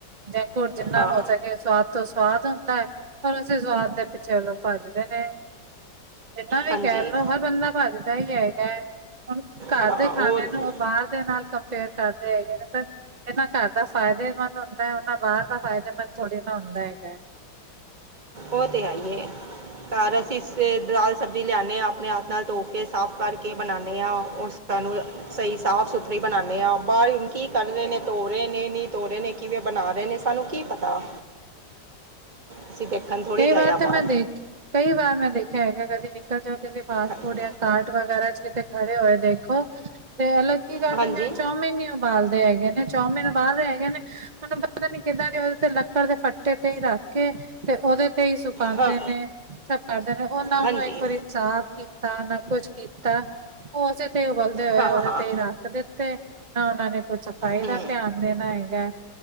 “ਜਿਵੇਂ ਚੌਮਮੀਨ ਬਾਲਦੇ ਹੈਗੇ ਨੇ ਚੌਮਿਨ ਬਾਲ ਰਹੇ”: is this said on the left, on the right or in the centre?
Right